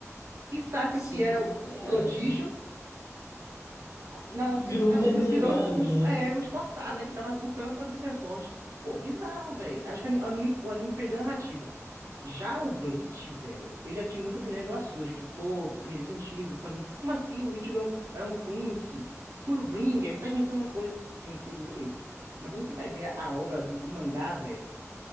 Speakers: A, on the right; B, on the left.
A: E Sasuke,
B: Sim,
A: que era o
B: é,
A: o prodígio, na-
B: virou
A: acabou
B: um renegado,
A: que virou o, es-
B: né?
A: é, o esforçado, né? Que tava lutando pra ser forte. Pô, bizarro, velho. Acho que o anime, o anime perdeu a narrativa. Já o Bleach, velho, eu já tive muita opinião igual a sua, de que, pô, perdeu sentido. pra lim- Como assim o Ichigo é um, é um Quincy? Fullbringer, você tá inventando coisa. Pensei muito isso. Mas quando você vai ver a obra do o mangá, velho.